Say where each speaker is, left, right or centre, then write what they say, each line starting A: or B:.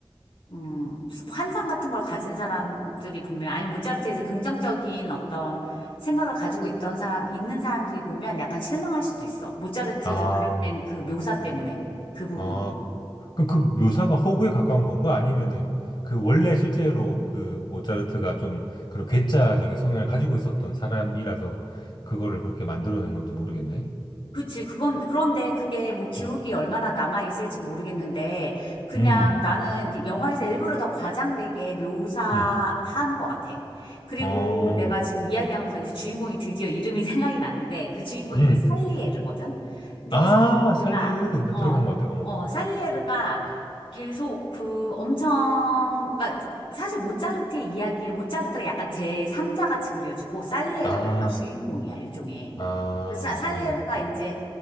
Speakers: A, on the left (about 80°); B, on the left (about 55°).
A: 음, 수- 환상 같은 걸 가진 사람들이 보면, 아니면 모차르트에서 긍정적인 어떤 생각을 가지고 있던 사람, 있는 사람들이 보면 약간 실망할 수도 있어. 모차르트를
B: 아,
A: 그려낸 그 묘사 때문에, 그 부분.
B: 아, 그럼 그 묘사가 허구에 가까운 건가? 아니면은 그 원래 실제로 그 모차르트가 좀 그런 괴짜적인 성향을 가지고 있었던 사람이라서 그거를 그렇게 만들어낸 건지 모르겠네.
A: 그치. 그건, 그런데 그게 뭐 기록이
B: 음,
A: 얼마나 남아있을지 모르겠는데, 그냥
B: 음,
A: 나는 이제 영화에서 일부러 더 과장되게 묘사한
B: 음.
A: 것 같아. 그리고
B: 어,
A: 내가 지금 이야기하면서 이제 주인공이 드디어 이름이 <laughs> 생각이 났는데 그 주인공
B: 음.
A: 이름이 살리에르거든? 근데
B: 아,
A: 그 살리에르가,
B: 살리르. 나
A: 어,
B: 들어본 것 같아. 어.
A: 어,
B: 어.
A: 살리에르가 계속 그 엄청, 그니까 사실 모차르트의 이야기는 모차르트가 약간 제3자 같이 그려지고, 살리에르가
B: 아,
A: 약간 주인공이야, 일종의.
B: 아,
A: 근데 사-
B: 무슨
A: 살리에르가
B: 말인지 알겠다.
A: 이제